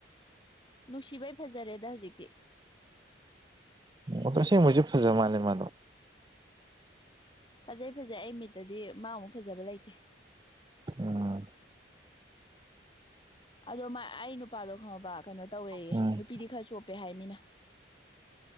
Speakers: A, on the left; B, on the right.
A: ꯅꯨꯡꯁꯤꯕꯩ ꯐꯖꯔꯦꯗ ꯍꯧꯖꯤꯛꯇꯤ
B: ꯑꯣ ꯁꯦꯡꯕꯁꯨ ꯐꯖ ꯃꯥꯜꯂꯦ ꯃꯥꯗꯣ
A: ꯐꯖꯩ ꯐꯖꯩ ꯑꯩ ꯃꯤꯠꯇꯗꯤ ꯃꯥ ꯃꯨꯛ ꯐꯖꯕ ꯂꯩꯇꯦ
B: ꯎꯝ
A: ꯑꯗꯣ ꯃꯥꯏ ꯑꯩ ꯅꯨꯄꯥꯗꯣ ꯈꯪꯉꯕ ꯀꯩꯅꯣ ꯇꯧꯋꯦꯌꯦ
B: ꯎꯝ
A: ꯅꯨꯄꯤꯗꯤ ꯈꯔ ꯆꯣꯞꯄꯦ ꯍꯥꯏ ꯃꯤꯅ꯫